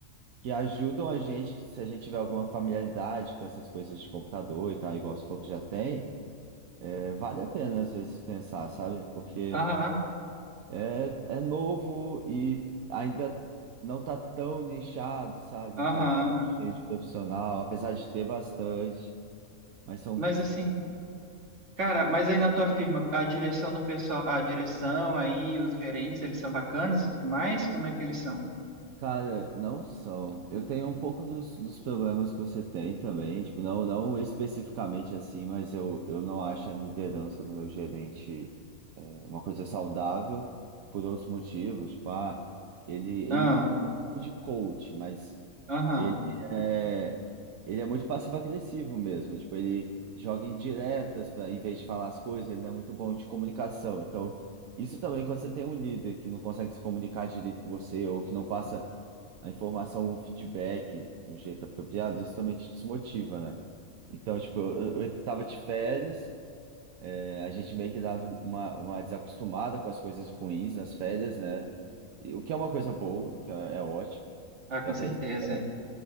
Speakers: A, on the right; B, on the right.
A: que ajudam a gente, que se a gente tiver alguma familiaridade com essas coisas de computador e tal, igual você falou que já tem, é, vale a pena às vezes pensar, sabe? Porque.
B: Aham,
A: É, é novo e ainda não tá tão nichado, sabe? Não
B: aham.
A: tá tão cheio de profissional, apesar de ter bastante, mas são
B: Mas assim. Cara, mas aí na tua firma, a direção do pessoal, a direção aí, os gerentes, eles são bacanas e tudo mais? Como é que eles são?
A: Cara, não são. Eu tenho um pouco dos, dos problemas que você tem também, tipo, não, não especificamente assim, mas eu, eu não acho a liderança do meu gerente é, uma coisa saudável por outros motivos. Tipo, ah, ele, ele
B: Ah,
A: não tem tipo de coach, mas
B: aham.
A: ele é, ele é muito passivo-agressivo mesmo. E, tipo, ele joga indiretas para, em vez de falar as coisas, ele não é muito bom de comunicação. Então, isso também quando você tem um líder que não consegue se comunicar direito com você ou que não passa a informação, o feedback do jeito apropriado, isso também te desmotiva, né? Então, tipo, eu, eu eu tava de férias, é, a gente meio que dado uma, uma desacostumada com as coisas ruins nas férias, né? E O que é uma coisa boa, que é, é ótimo,
B: Ah, com
A: é
B: certeza.
A: pra isso que serve.